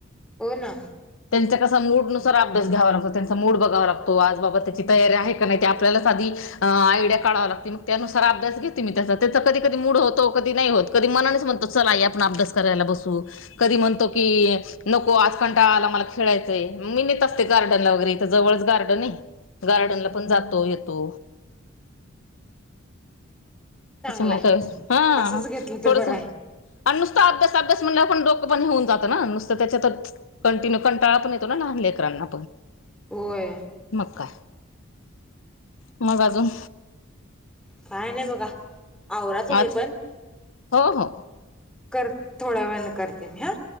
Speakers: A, in the centre; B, on the left.
A: हो ना?
B: त्यांचा कसा मूडनुसार अभ्यास घ्यावा लागतो. त्यांचा मूड बघावा लागतो, आज बाबा त्याची तयारी आहे काय नाही ते आपल्यालाच आधी आयडिया काढावा लागती, मग त्यानुसार अभ्यास घेते मी त्याचा, त्याचा कधी कधी मूड होत तो कधी नाही होत. कधी मनानेच म्हणतो चल आई आपण अभ्यास करायला बसू. कधी म्हणतो की नको आज कंटाळा आला मला खेळायचंय, मी नेत असते गार्डनला वगैरे इथ जवळच गार्डन आहे. गार्डनला पण जातो, येतो.
A: चांगलाय
B: तस मोठं हा
A: असंच घेतलं तर
B: थोडस.
A: बरं आहे
B: आणि नुसत अभ्यास अभ्यास म्हणल्यावर पण डोक बंद होऊन जात ना, नुसतं त्याच्यातच कंटिन्यू कंटाळा पण येतो ना, लहान लेकरांना
A: होय.
B: मग काय? मग अजून?
A: काय नाही बघा. आवरा तुम्ही
B: आज
A: पण.
B: हो हो
A: कर थोड्या वेळानं करते मी हा.